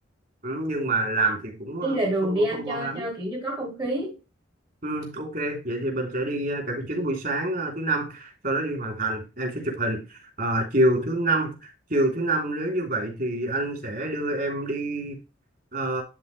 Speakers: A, on the right; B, on the right.
A: Ừ, nhưng mà làm
B: không.
A: thì cũng
B: đi
A: ờ,
B: là đường
A: không
B: đi anh
A: không
B: cho
A: ngon lắm
B: cho kiểu như có không khí
A: Ừ, ok, vậy thì mình sẽ đi ờ, cà phê trứng buổi sáng ờ, thứ năm, sau đó đi hoàn thành, em sẽ chụp hình. Ờ, chiều thứ năm, chiều thứ năm nếu như vậy thì anh sẽ đưa em đi ờ,